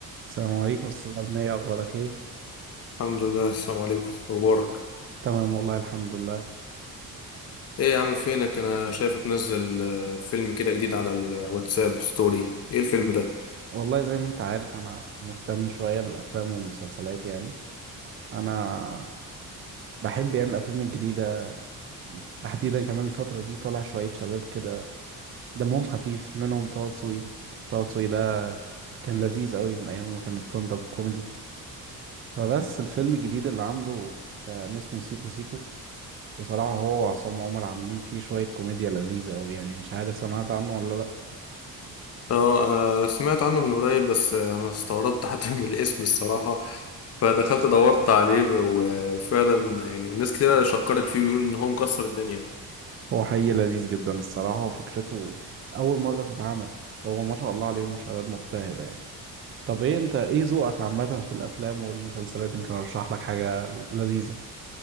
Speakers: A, on the right; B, on the left.
A: السلام عليكم استاذ أرمية اخبارك ايه
B: الحمد لله السلام عليكم مبارك
A: تمام والله الحمد لله
B: ايه يا عم فينك انا شايفك منزل آه، فيلم كده جديد على الواتساب ستوري ايه الفيلم ده
A: والله زي ما انت عارف انا مهتم شوية بالافلام والمسلسلات يعني انا بحب يعني الافلام الجديدة تحديدا كمان الفترة دي طالع شوية شباب كده دمهم خفيف منهم طه دسوقي طه دسوقي ده كان لذيذ قوي من ايام ما كان ستاند اب كوميدي فبس الفيلم الجديد اللي عامله كان اسمه سيكو سيكو بصراحة هو وعصام عمر عاملين فيه شوية كوميديا لذيذة قوي يعني مش عارف سمعت عنه ولا لأ
B: اه آه، سمعت عنه من قريب بس آه، انا استغربت حتى <laughs> من الاسم الصراحة فدخلت دورت عليه وفعلا يعني ناس كتير شكرت فيه بيقولوا ان هو مكسر الدنيا
A: هو حقيقي لذيذ جدا الصراحة وفكرته أول مرة تتعمل هو ما شاء الله عليهم شباب مجتهدة يعني طب ايه انت ايه ذوقك عامة في الأفلام والمسلسلات يمكن أرشح لك حاجة لذيذة